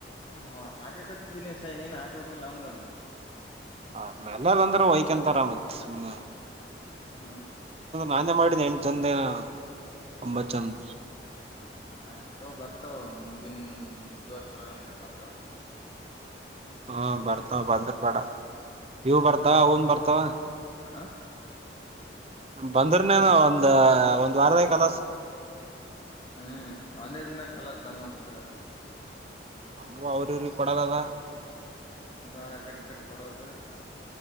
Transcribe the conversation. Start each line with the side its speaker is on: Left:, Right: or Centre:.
Left: ಹ ಹಾಕಕತಿದ್ದಿನಿ ಸಾಯ ನೀನ್ ಹಾಕಕಿಲ್ಲ ಒಂದ ಒಂದು
Right: ಆ್ಮ ಎಲ್ಲಾರಂದ್ರೂ ವೈಕಂತರಾಮತ್ ಸುಮ್ನೆ
Left: ಹ್ಮ್
Right: ನಾನೇ ಮಾಡಿದ ಎಂಟಟ್ ಜಂದ ಏನ ಒಂಬತ್ ಜಂದ
Left: ಆಯ್ತೋ ಬರ್ತಾವ ಮುಂದಿನ ಬುಧವಾರ ಗುರುವವಾರ ಅಂದ ಬರ್ತಾವ
Right: ಹಾ ಬರ್ತಾವ ಬಂದ ಬೇಡ ನೀವು ಬರ್ತ ಅತ್ತಾ ಹನ್ ಬರ್ತಾವ
Left: ಹ
Right: ಬಂದ್ರನೇನು ಒಂದ ಒಂದ್ ವಾರದ ಕಲಸ
Left: ಹ್ಮ್ ಒಂದೇ ದಿಂದ ಕಲಸ ನಮ್ಮತ್ರತ್ರ
Right: ನಮ್ಮ ಅವರರು ಕೊಡ ದದಾ
Left: ನಂದಾ ಅಕಡಿ ಕಡಿ ಕೊಡದು